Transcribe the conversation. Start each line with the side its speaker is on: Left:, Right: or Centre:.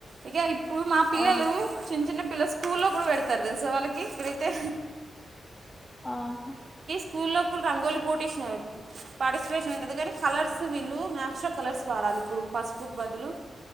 Right: ఇకే కి ఇప్పుడు మా పిల్లలు
Left: అవును
Right: చిన్న చిన్న పిల్ల స్కూల్లో కూడా పెడతారు తెలుసా వాళ్ళకి ఇక్కడైతే
Left: ఆ హ
Right: స్కూల్లోప్పుడు రంగోలీ పోటీష్ పార్టిసిపేషన్ ఉంటది, కానీ కలర్స్ వీళ్ళు నేచురల్ కలర్స్ వాడా ఇప్పుడు పసుపుకు బదులు